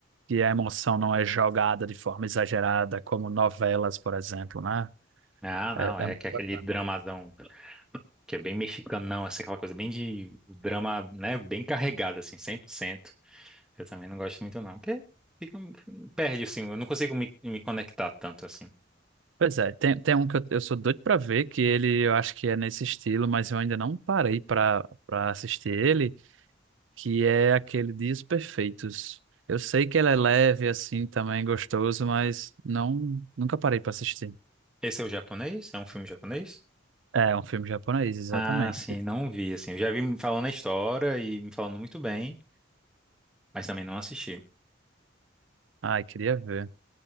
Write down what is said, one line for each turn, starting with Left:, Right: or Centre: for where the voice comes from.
Right: que a emoção não é jogada de forma exagerada, como novelas, por exemplo, né?
Centre: Ah, não,
Right: É,
Centre: é
Right: é muito
Centre: que é aquele
Right: bacana.
Centre: dramadão que é bem mexicanão, assim, aquela coisa bem de o drama, né, bem carregado, assim, 100%. Eu também não gosto muito, não, porque fica, perde, assim, eu não consigo me, me conectar tanto, assim.
Right: Pois é, tem, tem um que eu, eu sou doido pra ver, que ele eu acho que é nesse estilo, mas eu ainda não parei pra, pra assistir ele, que é aquele Dias Perfeitos. Eu sei que ele é leve, assim, também gostoso, mas não, nunca parei pra assistir.
Centre: Esse é o japonês? É um filme japonês?
Right: É é um filme japonês, exatamente.
Centre: Ah, sim, não vi, assim, eu já vi me falando a história e me falando muito bem, mas também não assisti.
Right: Ai, queria ver.